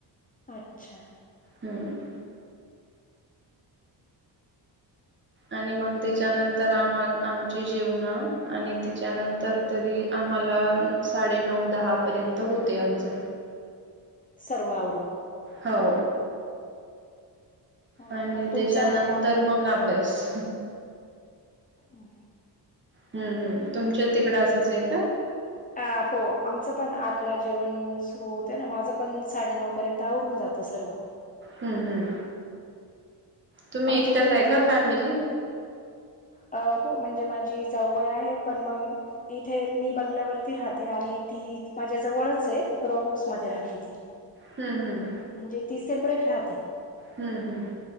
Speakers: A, on the left (about 20°); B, on the right (about 25°).
A: अच्छा.
B: हम्म. आणि मंग त्याच्यानंतर आम्हा आमचे जेवण आणि त्याच्यानंतर तरी आम्हाला साडेनऊ, दहा पर्यंत होते आमचं.
A: सर्व आवरून?
B: हो
A: हम्म,
B: आणि
A: मग तुमचं
B: त्याच्यानंतर
A: आणि आम
B: मंग अभ्यास
A: हम्.
B: हम्म हम्, तुमच्या तिकडं असंच ये का?
A: आ फो आमचं पण आठला जेवण सुरू होत ना, माझं पण साडेनऊ पर्यंत आवरून जातं सर्व.
B: हम्म-हम्म, तुम्ही
A: आमचे
B: एकट्याच
A: तरी
B: आहे का,
A: थोडेच
B: फॅमिलीत?
A: अ हो म्हणजे माझी जाऊ बाई आहे, पण मग इथे मी बंगल्यावरती राहते आणि ती माझ्या जवळच ये रो हाऊस मध्ये राहते ती.
B: हम्म हम्म.
A: म्हणजे ती सेपरेट राहते.
B: हम्म हम्.